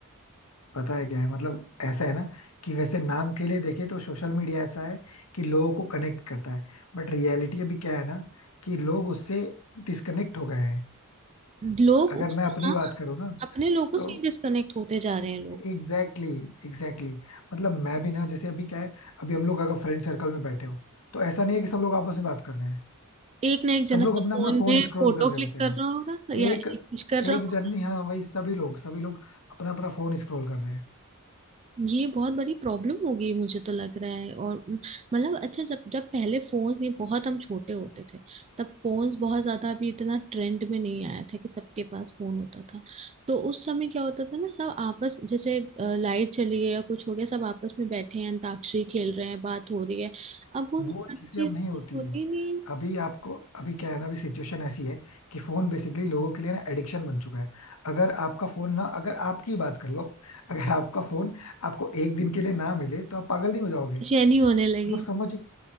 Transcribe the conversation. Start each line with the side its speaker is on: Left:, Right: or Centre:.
Left: पता है क्या है मतलब ऐसा है ना कि वैसे नाम के लिए देखे तो सोशल मीडिया ऐसा है कि लोगों को कनेक्ट करता है बट रियलिटी अभी क्या है ना कि लोग उससे डिस्कनेक्ट हो गए हैं
Right: लोग
Left: अगर
Right: उस
Left: मैं अपनी
Right: हाँ
Left: बात करूँ ना
Right: अपने लोगों
Left: तो
Right: से डिस्कनेक्ट होते जा रहे हैं लोग
Left: एग्जैक्टली exactly, एग्जैक्टली exactly. मतलब मैं भी ना जैसे अभी क्या है अभी हम लोग अगर फ्रेंड सर्कल में बैठे हो तो ऐसा नहीं है कि सब लोग आपस में बात कर रहे हैं
Right: एक ना एक जना
Left: सब लोग
Right: तो
Left: अपना
Right: फोन
Left: अपना फोन
Right: में
Left: स्क्रॉल
Right: फोटो
Left: कर रहे
Right: क्लिक
Left: होते हैं
Right: कर रहा होगा या
Left: एक
Right: एक कुछ कर रहा
Left: एक जन नहीं हाँ वही सभी लोग सभी लोग अपना अपना फोन स्क्रॉल कर रहे हैं
Right: ये बहुत बड़ी प्रॉब्लम हो गई मुझे तो लग रहा है और म, मतलब अच्छा जब जब पहले फोन ये बहुत हम छोटे होते थे तब फोन्स बहुत ज्यादा अभी इतना ट्रेंड में नहीं आया था कि सबके पास फोन होता था तो उस समय क्या होता था ना सब आपस जैसे लाइट चली गई या कुछ हो गया सब आपस में बैठे हैं अंताक्षरी खेल रहे हैं बात हो रही है अब वो
Left: वो
Right: सारी
Left: चीजें
Right: चीजें
Left: अब नहीं होती
Right: कुछ होती ही नहीं है।
Left: अभी आपको अभी क्या है ना अभी सिचुएशन ऐसी है कि फोन बेसिकली लोगों के लिए ना एडिक्शन बन चुका है अगर आपका फोन ना अगर आपकी ही बात कर लो अगर आपका फोन आपको एक दिन के लिए ना मिले तो आप पागल नहीं हो जाओगे
Right: बेचैनी होने
Left: मतलब
Right: लगी
Left: समझ